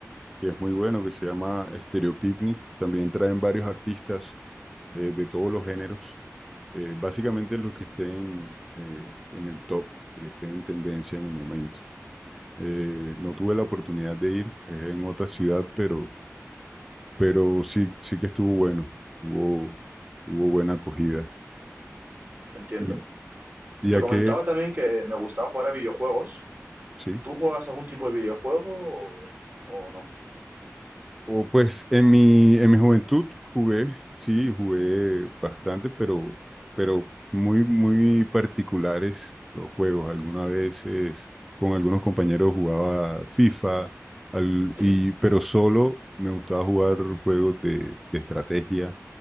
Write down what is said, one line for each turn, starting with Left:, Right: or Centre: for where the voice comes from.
Centre: que es muy bueno, que se llama Stereo Picnic. También traen varios artistas eh, de todos los géneros. Eh, básicamente los que estén eh, en el top, que estén en tendencia en el momento. Eh, no tuve la oportunidad de ir, es en otra ciudad, pero, pero sí, sí que estuvo bueno. Hubo, hubo buena acogida.
Right: Entiendo.
Centre: ¿Y, y
Right: Te
Centre: a
Right: comentaba
Centre: qué?
Right: también que me gustaba jugar a videojuegos.
Centre: Sí.
Right: ¿Tú juegas algún tipo de videojuego o, o no?
Centre: O, pues en mi, en mi juventud jugué, sí, jugué bastante, pero, pero muy, muy particulares los juegos. Algunas veces con algunos compañeros jugaba FIFA, al-
Right: Sí,
Centre: y, pero solo me gustaba jugar juegos de, de estrategia